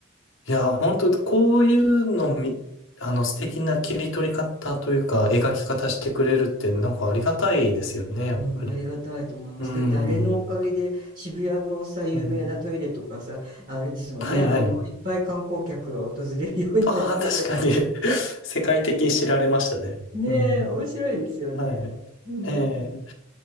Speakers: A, on the left; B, on the right.
A: いや、本当こういうのみ、あの、素敵な切り取り方というか、描き方してくれるって、なんかありがたいですよね、やっぱり。
B: うん、ありがたいと思います。
A: うん。
B: だってあれのおかげで渋谷のさ、有名なトイレとかさ、
A: うん
B: あれですもんね、
A: はいはい。
B: あの、いっぱい観光客が訪れるようになって。
A: ああ、確かに <laughs> 世界的に知られましたね。
B: <laughs> ねえ、
A: うん。
B: 面白いですよね。
A: はい。
B: うん。
A: ええ